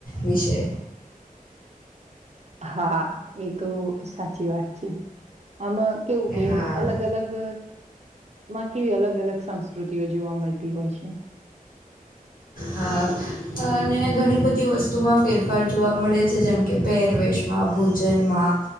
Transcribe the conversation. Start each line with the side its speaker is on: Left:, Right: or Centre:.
Left: વિશે.
Right: હા એ તો સાચી વાત છે. આમાં કેવું કે
Left: હા
Right: અલગ અલગ માં કેવી અલગ અલગ સંસ્કૃતિઓ જોવા મળતી હોય છે.
Left: હા અને ઘણી બધી વસ્તુમાં ફેરફાર જોવા મળે છે જેમ કે પહેરવેશ. ભોજનમાં.